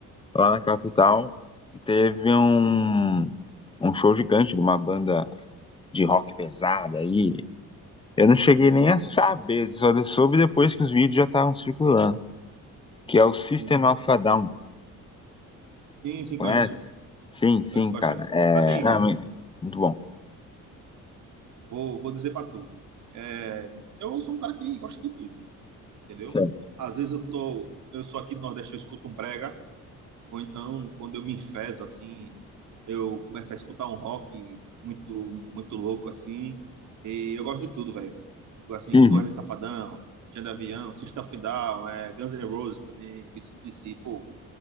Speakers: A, on the left (about 15°); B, on the right (about 65°).
A: lá na capital, teve um, um show gigante de uma banda de rock pesada aí. Eu não cheguei
B: Sim,
A: nem
B: sim,
A: a saber, só soube depois que os vídeos já estavam circulando, que é o System
B: sim.
A: of a Down,
B: Sim, sim,
A: conhece?
B: conheço.
A: Sim, sim,
B: Conheço bastante.
A: cara. É,
B: Assim,
A: não,
B: cara,
A: me- muito bom.
B: vou, vou dizer pra tu. É, eu sou um cara que gosta de tudo, entendeu?
A: Sério.
B: Às vezes eu tô, eu sou aqui no Nordeste, eu escuto um brega. Ou então, quando eu me enfezo, assim, eu começo a escutar um rock muito, muito louco, assim. E eu gosto de tudo, velho. Tipo assim,
A: Uhum.
B: do Wesley Safadão, Xand de Avião, System of a Down, é, Guns N' Roses também, AC/DC. Pô,